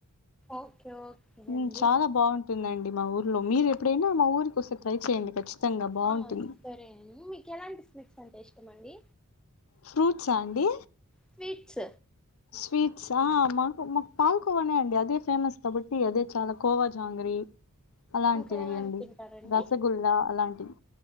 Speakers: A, in the centre; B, on the left (about 75°).
A: ఓకే ఓకే
B: ఉ
A: అండి
B: చాలా బాగుంటుందండి మా ఊర్లో మీరు ఎప్పుడైనా మా ఊరికి వస్తే ట్రై చేయండి ఖచ్చితంగా కచ్చితంగా బాగుంటుంది
A: ఆ సరే అండి మీకు ఎలాంటి స్వీట్స్ అంటే ఇష్టం అండి
B: ఫ్రూట్సా అండి
A: స్వీట్స్
B: స్వీట్స్ ఆ మాకు మాకు పాల్కోవనే అండి అదే ఫేమస్ కాబట్టి అదే చాలా కోవా జాంగ్రీ అలాంటి
A: ఇంకా
B: వేయండి
A: ఏమేమి తింటారండి
B: రసగుల్ల అలాంటివి